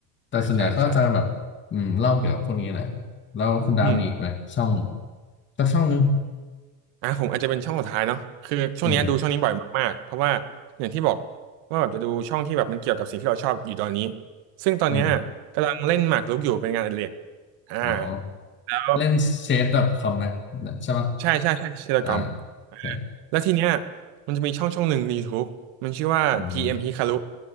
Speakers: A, on the left; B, on the right.
A: แต่ส่วนใหญ่เขาก็จะแบบอืมเล่าเกี่ยวกับพวกนี้แหละ
B: ใช่ใช่
A: แล้วคุณดาวมีอีกไหมช่อง
B: อืม
A: สักช่องนึง
B: อ่ะผมอาจจะเป็นช่องสุดท้ายเนาะคือช่วงเนี้ยดูช่องนี้บ่อยมากๆเพราะว่าอย่างที่บอก
A: อืม
B: ว่าแบบจะดูช่องที่แบบมันเกี่ยวกับสิ่งที่เราชอบอยู่ตอนนี้ซึ่งตอนเนี้ยกำลังเล่นหมากรุกอยู่เป็นงานอดิเรก
A: อืม
B: อ่า
A: อ๋อ
B: แล้ว
A: เล่น c h ดดอทคอมไหมใช่ปะ
B: ใช่ใช่ใช่เชลกอม
A: อ่าโอเค
B: แล้วทีเนี้ยมันจะมีช่องช่องหนึ่งใน y ู u มันชื่อว่า
A: อืม
B: GM Hikaru